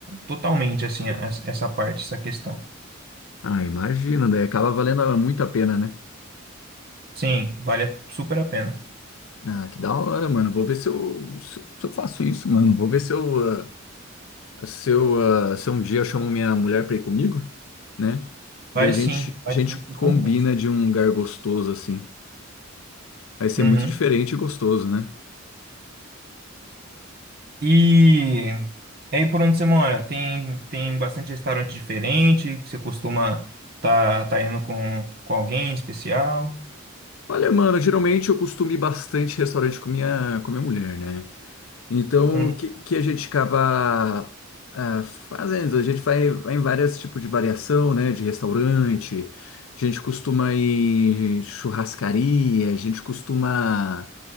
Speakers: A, on the right; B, on the left.
A: totalmente, assim, essa essa parte, essa questão.
B: Ah, imagino, daí acaba valendo muito a pena, né?
A: Sim, vale a- super a pena.
B: Ah, que da hora, mano. Vou ver se eu, se eu se eu faço isso, mano. Vou ver se eu, ah, Se eu, ah, se um dia eu chamo minha mulher pra ir comigo, né?
A: Vai
B: Daí a gente,
A: sim, vai
B: a gente
A: sim que compensa.
B: combina de um lugar gostoso assim. Vai ser
A: Uhum.
B: muito diferente e gostoso, né?
A: E, e aí por onde você mora? Tem, tem bastante restaurante diferente que você costuma tá, tá indo com, com alguém especial?
B: Olha, mano, geralmente eu costumo ir bastante restaurante com minha, com minha mulher, né? Então,
A: Hum,
B: o que, que a gente acaba ah, fazendo? A gente vai, vai em vários tipos de variação, né? De restaurante, a gente costuma ir em churrascaria, a gente costuma.